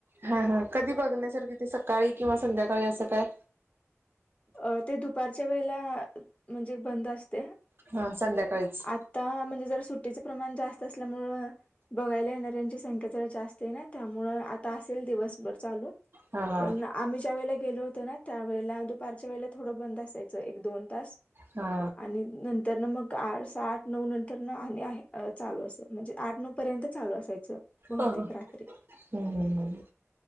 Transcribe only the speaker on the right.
हा हा कधी बघण्यासारखी ती सकाळी किंवा संध्याकाळी असं काय
हा संध्याकाळीच.
हा हा
हा
हा हा
हम्म हम्